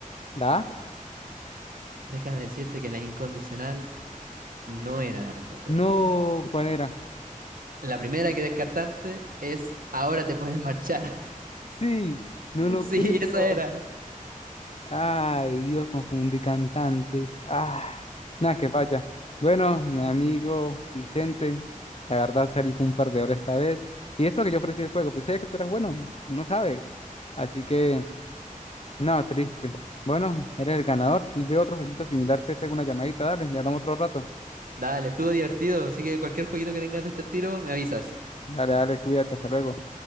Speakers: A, on the left; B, on the right.
A: ¿La A?
B: Déjame decirte que la incondicional no era la respuesta
A: No,
B: correcta.
A: ¿cuál era?
B: La primera que descartarte es Ahora te puedes marchar. <laughs>
A: Sí, no lo
B: Sí,
A: creo.
B: esa era.
A: Ay, Dios, confundí cantantes. Ah, nada, que falla. Bueno, mi amigo Vicente, la verdad salí con un perdedor esta vez. Y esto que yo ofrecí el juego, pues sabía que tú eras bueno, uno sabe. Así que, nada, triste. Bueno, eres el ganador. Si veo otro jueguito similar, te pego una llamadita, dale, y hablamos otro rato.
B: Dale, estuvo divertido, así que cualquier jueguito que tengas de este estilo, me avisas.
A: Dale, dale, cuídate, hasta luego.